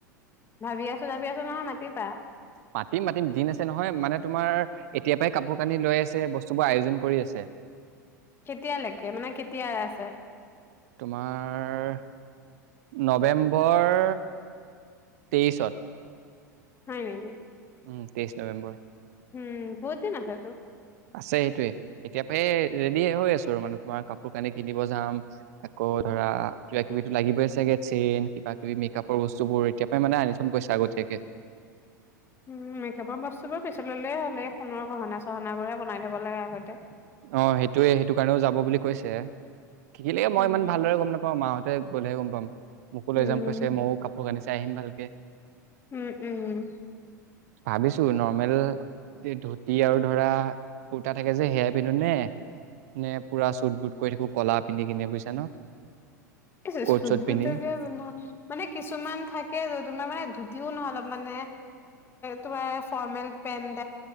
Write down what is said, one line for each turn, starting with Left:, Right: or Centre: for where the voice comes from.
Left: ভাবি আছো ভাবি আছো নহয় মাতিবা।
Right: মাতিম মাতিম দিন আছে নহয় মানে তোমাৰ এতিয়াৰ পৰাই কাপোৰ কানি লৈ আছে বস্তুবোৰ আয়োজন কৰি আছে।
Left: কেতিয়ালৈকে মানে কেতিয়া আছে?
Right: তোমাৰ নৱেম্বৰ তেইছত।
Left: হয় নেকি?
Right: উম তেইছ নৱেম্বৰ।
Left: উম বহুত দিন আছেতো।
Right: আছে সেইটোৱে এতিয়াৰ পৰাই ৰেডি হৈ আছো আৰু মানে তোমাৰ কাপোৰ কানি কিনিব যাম। আকৌ ধৰা কিবা কিবিটো লাগিবই চাগে চেইন কিবা কিবি মেকআপৰ বস্তুবোৰ এতিাৰ পৰাই মানে আনি চম কইছা আগতীয়াকে।
Left: উ মেকআপৰ বস্তুবোৰ পিছললেয়ে হ'ল এই সোণৰ গহনা চহনাবোৰে বনাই থব লাগে আগতে।
Right: অ সেইটোৱে সেইটো কাৰণেও যাব বুলি কৈছে। মই
Left: উম
Right: ইমান ভালদৰে গম নাপাওঁ মাহতে ত গলে গম পাম। মোকো
Left: উম
Right: লৈ যাম কৈছে মইয়ো কাপোৰ কানিছে চাই আহিম ভালকে।
Left: উম উম।
Right: ভাবিছো নৰ্মেল ধুতি আৰু ধৰা কুৰ্তা থাকে যে সেয়াই পিন্ধো নে নে পুৰা চুট বুট কৰি থাকো ক'লা পিন্ধি কিনে বুজছা ন?
Left: <unintelligible>
Right: কোট চোট পিন্ধি
Left: মানে কিছুমান থাকে আৰু তোমাৰ মানে ধুতিও নহয় মানে তোমাৰ ৰ্ফমেল পেন্ট